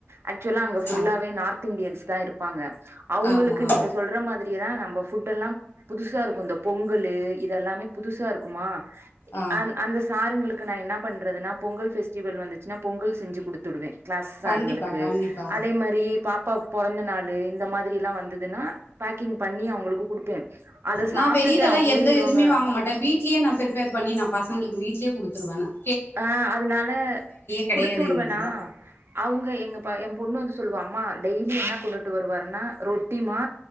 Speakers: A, on the right; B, on the left.
A: ஆஷ்சுலா அங்க ஃபுல்லாவே
B: ஆ
A: நார்த் இந்தியன்ஸ்தான் இருப்பாங்க அவுங்களுக்கு
B: ஆமா ஆமா
A: நீங்க சொல்ற மாதிரி ஆஹ் நம்ம ஃபுட்டுல்லாம் புதுசா இருக்கு இந்த பொங்கல்லு இதெல்லாமே புதுசா இருக்குமா
B: ஆ
A: அந் அந்த சாருங்களுக்கு நா என்ன பண்றதுனா பொங்கல் பெஸ்டிவல் வந்துச் பொங்கல் செஞ்சு குடுத்துவிடுவேன் கிளாஸ் சாருங்களுக்கு
B: கண்டிப்பா கண்டிப்பா
A: அதே மாரி பாப்பா பொறந்த நாளு இந்த மாதிரி எல்லா வந்ததுன்னா பேக்கிங் பண்ணி அவங்களுக்கு குடுப்பே அத
B: நா
A: சாப்ட்டுட்டு
B: வெளியிலல்லா
A: அவங்களே
B: எந்த
A: சொல்லுவாங்க
B: எதுவுமே வாங்க மாட்டே வீட்லயே நா பிப்பேர் பண்ணி நா பசங்களுக்கு வீட் ட்லே குடுத்துவே நான்
A: ஆஹ் அதுனால
B: கெடையாது
A: குடுத்து விடுவேனா
B: எங்களுக்குலா
A: அவுங்க எங்க பைய பொண்ணு வந்து சொல்லுவா அம்மா டெய்லி என்ன கொண்டுட்டு வருவாருன்னா ரொட்டிமா